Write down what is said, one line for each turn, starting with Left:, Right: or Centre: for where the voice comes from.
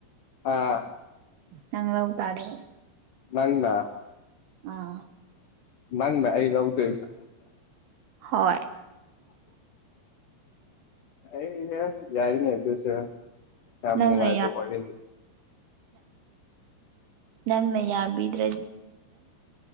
Left: ꯑꯥ
Right: ꯅꯪ ꯂꯧ ꯇꯥꯔꯦ
Left: ꯅꯪꯅꯥ
Right: ꯑꯥ
Left: ꯅꯪꯅ ꯑꯩ ꯂꯥꯎꯗ
Right: ꯍꯣꯏ
Left: ꯑꯩ ꯌꯥꯏꯅꯤ ꯑ ꯑꯗꯨꯁ ꯌꯥꯝꯝꯅꯤꯅꯨꯡꯉꯥꯏꯕ
Right: ꯅꯪꯅ ꯌꯥ
Left: ꯋꯥꯔꯤꯔ
Right: ꯅꯪꯅ ꯌꯥ ꯌꯥꯝꯕꯗ꯭ꯔ꯭ꯔ